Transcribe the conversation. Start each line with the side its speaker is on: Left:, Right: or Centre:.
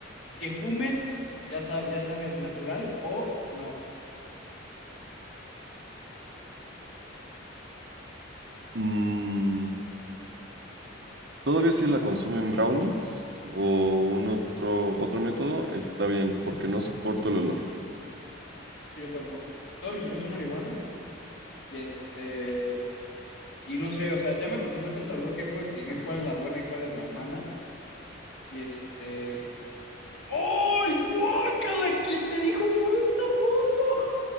Left: Que fumen, ya sab- ya sabes, natural o no.
Right: Mm, Todavía si la consumen brownies o un otro, otro método, está bien, porque no soporto el olor.
Left: Sí, yo tampoco. Todos mis amigos son marihuanos y este, y no sé, o sea, ya me acostumbré tanto al olor que puedo distinguir cuál es la buena y cuál es la mala. Y este... ¡Ay, guácala! ¿Quién te dijo sube esta foto?